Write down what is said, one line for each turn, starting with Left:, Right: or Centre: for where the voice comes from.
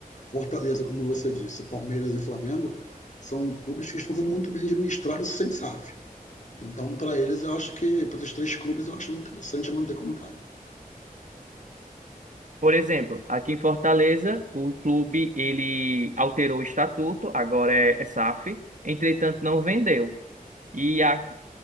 Left: Fortaleza, como você disse, Palmeiras e Flamengo são clubes que estão sendo muito bem administrados sem SAF. Então, para eles, eu acho que, para esses três clubes, eu acho interessante manter como tá, né?
Right: Por exemplo, aqui em Fortaleza, o clube ele alterou o estatuto, agora é, é SAF, entretanto não vendeu. E a